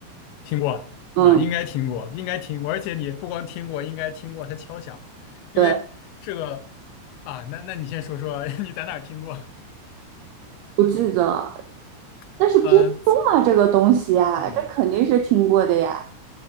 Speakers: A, on the left; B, on the right.
A: 听过啊，
B: 嗯，
A: 应该听过，应该听过，而且你不光听过，应该听过它敲响，因为这个
B: 对，
A: 啊，那那你先说说 <laughs> 你在哪儿听过？
B: 不记得了。
A: <laughs>
B: 但是编钟啊，
A: 嗯、
B: 这个东西啊，
A: 嗯。
B: 这肯定是听过的呀。